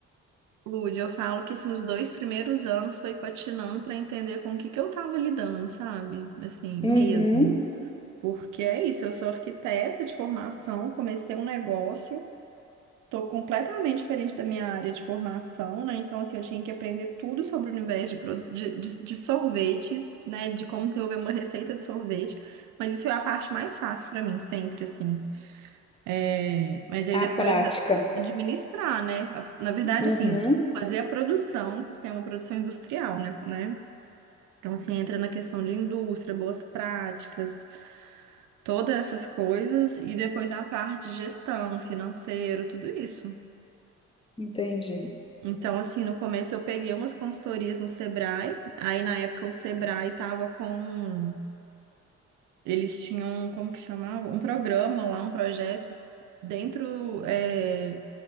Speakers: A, on the right (about 80°); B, on the left (about 20°).
A: Lud, eu falo que assim, os dois primeiros anos foi patinando para entender com o que que eu tava lidando, sabe? Assim, mesmo.
B: Uhum.
A: Porque é isso, eu sou arquiteta de formação, comecei um negócio, tô completamente diferente da minha área de formação, né? Então, assim, eu tinha que aprender tudo sobre o universo de, produ- de, de- de sorvetes, né? De como desenvolver uma receita de sorvete. Mas isso é a parte mais fácil para mim, sempre, assim. É, Mas aí depois
B: A prática.
A: administrar, né? A- Na verdade,
B: Uhum.
A: assim, fazer a produção, porque é uma produção industrial, né? né? Então, assim, entra na questão de indústria, boas práticas, todas essas coisas, e depois a parte de gestão, financeiro, tudo isso.
B: Entendi.
A: Então, assim, no começo eu peguei umas consultorias no Sebrae, aí na época o Sebrae tava com, um, eles tinham, um, como que chamava? Um programa lá, um projeto dentro, é,